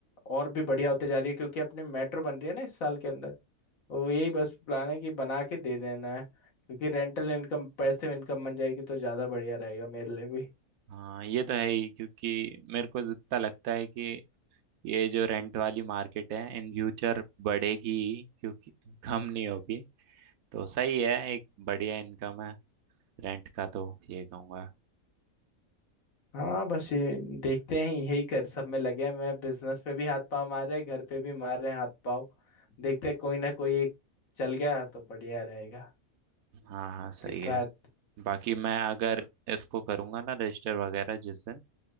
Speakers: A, on the left; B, on the right.
A: और भी बढ़िया होते जा रही है क्योंकि अपने मेट्रो बन रही है ना इस साल के अंदर तो यही बस प्लान है कि बना के दे देना है क्योंकि रेंटल इनकम पैसिव इनकम बन जाएगी तो ज़्यादा बढ़िया रहेगा मेरे लिए भी
B: हाँ ये तो है ही क्योंकि मेरे को जितना लगता है कि ये जो रेंट वाली मार्केट है इन फ्यूचर बढ़ेगी ही, क्योंकि कम नहीं होगी तो सही है एक बढ़िया इनकम है रेंट का तो ये कहूँगा
A: हाँ बस ये देखते हैं यही कर सब में लगे हैं मैं बिजनेस पे भी हाथ पाँव मार रहे हैं घर पे भी मार रहे हैं हाथ पाँव देखते हैं कोई ना कोई एक चल गया तो बढ़िया रहेगा
B: हाँ हाँ सही
A: ट्राई
B: है बाकी मैं अगर इसको करूँगा ना रजिस्टर वगैरह जिस दिन